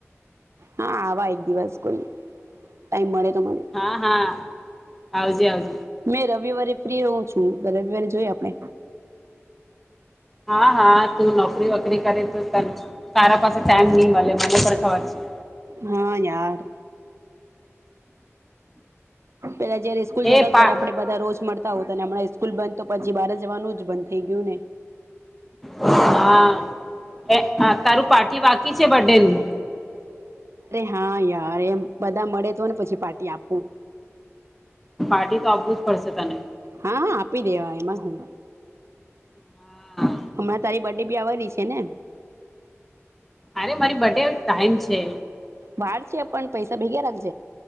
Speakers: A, on the right; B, in the centre.
A: હા આવા એક દિવસ કોઈ ટાઈમ મળે તો. મને
B: હા હા આવજ આવજ.
A: મેં રવિવારે ફ્રી રહું છું રવિવારે. જોઈ આપણે.
B: હા હા તું નોકરી વોકરી કરે તો ત. કારારા પાસે ટાઈમ નિન વા. આગ પણ ખવાર છે.
A: હા યાર. પેલા જયારે
B: છે
A: સ્કૂલ જતા
B: એ
A: હતા
B: પા
A: ત્યારે આપણે બધા રોજ મળતા હો હતા અને હણાં સ્કૂલ બ. તો પછી બાર જવાનું જ બંધ થઈ ગયું ને.
B: હા એ તારું પાર્ટી બાકી છે બર્ ડેનુંું.
A: હા અરે એમ બધા મળે તો ને પછી પાર્ટી આપવું.
B: પાર્ટી તો આપવું જ પડશે તને
A: હા હા આપ. પી દેવાય એમાં હું.
B: હા
A: હમણાં તારી બડે બી આવવાની છે ને.
B: અરે મારી બર્ડે ટાઈમ છે.
A: વાળ છે પણ પૈસા ભેગે રાખ